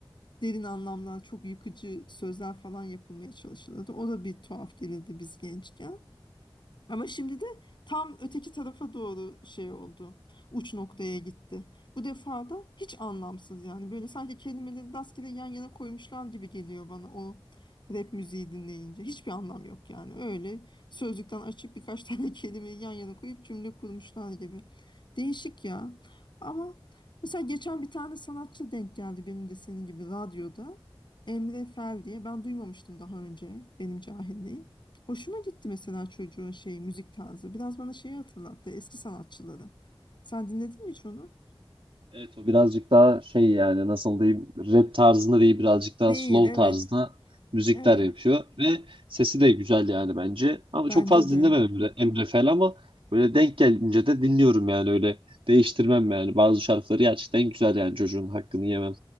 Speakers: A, on the left; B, on the right.
A: derin anlamlar, çok yıkıcı sözler falan yapılmaya çalışılırdı. O da bir tuhaf gelirdi biz gençken. Ama şimdi de tam öteki tarafa doğru şey oldu. Uç noktaya gitti. Bu defa da hiç anlamsız yani. Böyle sanki kelimeleri rastgele yan yana koymuşlar gibi geliyor bana o rap müziği dinleyince. Hiçbir anlam yok yani. Öyle sözlükten açıp birkaç <laughs> tane kelimeyi yan yana koyup cümle kurmuşlar gibi. Değişik ya. Ama mesela geçen bir tane sanatçı denk geldi benim de senin gibi radyoda. Emre Fel diye. Ben duymamıştım daha önce benim cahilliğim. Hoşuma gitti mesela çocuğun şeyi müzik tarzı. Biraz bana şeyi hatırlattı eski sanatçıları. Sen dinledin mi hiç onu?
B: Evet o birazcık daha şey yani nasıl diyeyim rap tarzında değil birazcık daha
A: Değil
B: slow
A: evet.
B: tarzında müzikler
A: Evet.
B: yapıyor ve sesi de güzel yani bence. Ama
A: Bence
B: çok fazla
A: de.
B: dinlemem Emre, Emre Fel ama böyle denk gelince de dinliyorum yani öyle değiştirmem yani bazı şarkıları gerçekten güzel yani çocuğun hakkını yemem.